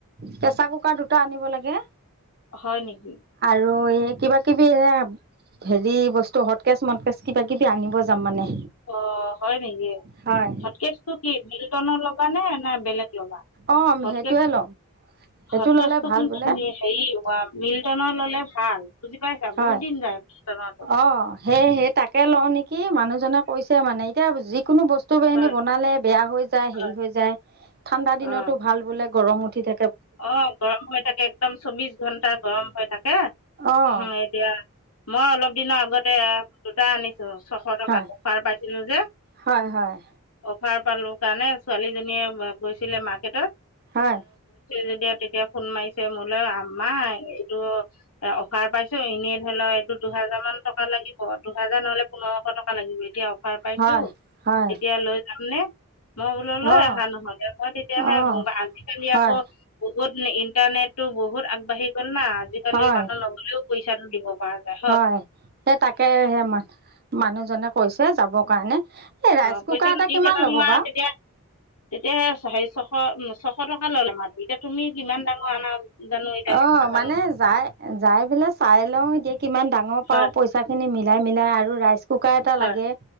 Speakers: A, on the right; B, on the left.
A: প্ৰেচাৰ কুকাৰ দুটা আনিব লাগে,
B: হয় নেকি?
A: আৰু এই কিবা কিবি এ হেৰি বস্তু হট কেচ মত কেচ কিবা কিবি আনিব যাম মানে
B: অ হয় নেকি
A: হয়
B: হটকেজটো কি মিল্টনৰ লগা নে নে বেলেগ লগা
A: অ
B: হ্টকেচটো,
A: সেইটোৱে ল'ম সেইটো
B: হ্টকেচটো
A: ল'লে ভাল
B: কিন্তু
A: বোলে
B: হেৰি। মিল্টনৰ ললে ভাল, বুজি পাইছা
A: হয়।
B: বহুত দিন যায় মিল্টনৰটো
A: অহ, সেই, সেই তাকে লওঁ নেকি। কি মানুহজনে কৈছে মানে এতিয়া যি কোনো বস্তু
B: হয়
A: এনে বনালে বেয়া হৈ যায়
B: হয়
A: হেৰি হৈ যায় ঠাণ্ডা দিনতো
B: অ
A: ভাল বোলে, গৰম উঠি থ
B: অ গৰম হৈ থাকে একদম চৌবিশ ঘন্টা গৰম হৈ থাকে
A: অঁ
B: এতিয়া মই অলপ দিনৰ আগতে দুটা আনিছো ছশ টকাত
A: হয়
B: অফাৰ পাইছিলো যে
A: হয় হয়
B: অফাৰ পালো কাৰণে ছোৱালীজনীয়ে গৈছিলে মাৰ্কেটত
A: হয়
B: যেতিয়া তেতিয়া ফোন মাৰিছে মোলৈ আম্মা এইটো অফাৰ পাইছো এনেই ধৰি লওক এইটো দুহেজাৰ মান টকা লাগিব দুহেজাৰ নহলে পোন্ধৰশ টকা লাগিব এতিয়া অফাৰ পাইছো,
A: হয় হয়
B: এতিয়া লৈ যাম নে? মই বোলো
A: অঁ
B: লৈ অহা নহ'লে মই তেতিয়াহে,
A: অঁ
B: আজিকালি
A: হয়
B: আকৌ। বহুত ইণ্টাৰনেটতো বহুত আগবাঢ়ি গ'ল না আজিকালি
A: হয়
B: মানুহ নগ'লেও পইচাটো দিব। পৰা যায়
A: হয় সেই তাকে সে ম মানুহজনে কৈছে যাব কাৰণে এই ৰাইচ
B: অ
A: কুকাৰ
B: পইচাটো
A: এটা
B: দি
A: কিমান
B: চেতেল
A: ল'ব
B: হোৱা
A: বাৰু
B: তেতিয়া তেতিয়াহে হেৰি শ উ ছশ টকা ললে মা এতিয়া তুমি কিমান ডাঙৰ আনা জানো এতিয়া সেইটো
A: অ
B: নাজানো
A: মানে যাই যাই পেলাই চাই লও এতিয়া কিমান ডাঙৰ
B: হয়
A: পাও পইচা খিনি মিলি মিলাই মিলাই আৰু ৰাইচ কুকাৰ এটা
B: হয়
A: লাগে